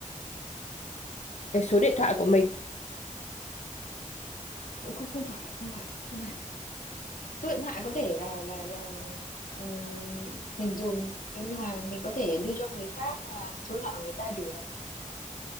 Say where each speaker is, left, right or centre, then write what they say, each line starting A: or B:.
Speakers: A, on the left; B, on the left.
A: cái số
B: Nè,
A: điện thoại của mình
B: Không không không phải, không phải, không hẳn. số điện thoại có thể là là là ừ, mình dùng nhưng nhưng mà mình có thể đưa cho người khác hoặc là số điện thoại của người ta được